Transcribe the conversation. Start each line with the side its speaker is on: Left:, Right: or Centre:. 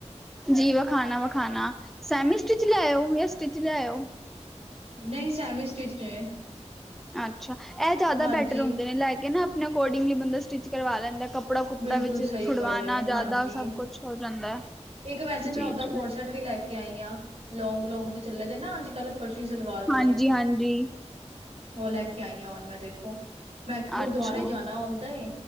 Centre: ਜੀ ਵਖਾਣਾ ਵਖਾਣਾ ਸੈਮੀ ਸਟਿਚ ਲਿਆਇਓ ਜਾਂ ਸਟਿਚ ਲੈਇਓ
Right: ਨਹੀਂ ਸੈਮੀ ਸਟਿਚ ਨੇ
Centre: ਅੱਛਾ ਇਹ ਜ਼ਿਆਦਾ
Right: ਹਾਂਜੀ
Centre: ਬੈਟਰ ਹੁੰਦੇ ਨੇ ਲੈ ਕੇ ਨਾ ਆਪਣੇ ਅਕੋਰਡਿੰਗਲੀ ਬੰਦਾ ਸਟਿਚ ਕਰਵਾ ਲੈਂਦਾ ਕੱਪੜਾ ਕੁਪੜਾ
Right: ਬਿਲਕੁਲ
Centre: ਵਿੱਚ
Right: ਸਹੀ
Centre: ਛੁਡਵਾਉਣਾ
Right: ਗੱਲ ਏ
Centre: ਜ਼ਿਆਦਾ
Right: ਹਾਂਜੀ
Centre: ਸਭ ਕੁਛ ਹੋ ਜਾਂਦਾ ਹੈ
Right: ਇੱਕ ਵੈਸੇ
Centre: ਜੀ,
Right: ਮੈਂ ਓਦਾਂ
Centre: ਜੀ।
Right: ਕੋਟ ਸ਼ਟ ਵੀ ਲੈ ਕੇ ਆਈ ਹਾਂ ਲੌਂਗ ਲੌਂਗ ਚ ਚੱਲੇ ਦੇ ਨਾ ਅੱਜ ਕੱਲ ਪਰਸ਼ੀ ਸਲਵਾਰ ਵਾਲੇ
Centre: ਹਾਂਜੀ-ਹਾਂਜੀ,
Right: ਉਹ ਲੈ ਕੇ ਆਈ ਆ ਹੁਣ ਮੈਂ ਦੇਖੋ ਮੈਂ ਇੱਕ ਗੁਰਦੁਆਰੇ
Centre: ਅੱਛਾ।
Right: ਜਾਣਾ ਆਉਂਦਾ ਏ